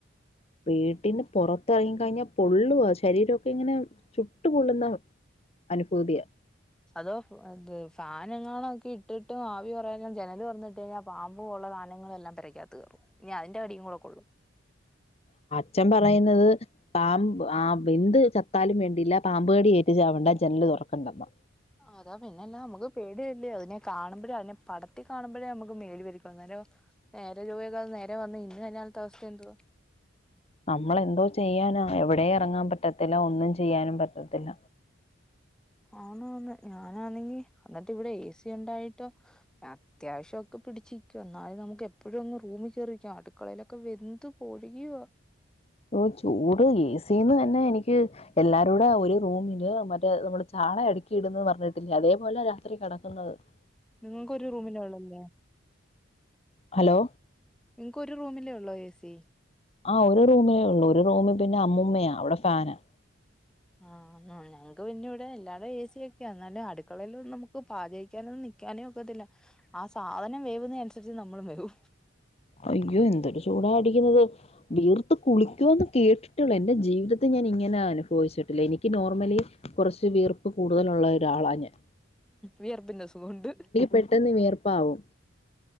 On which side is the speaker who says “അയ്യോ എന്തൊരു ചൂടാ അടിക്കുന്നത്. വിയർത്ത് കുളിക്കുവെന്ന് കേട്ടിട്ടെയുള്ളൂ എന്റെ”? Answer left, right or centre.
Left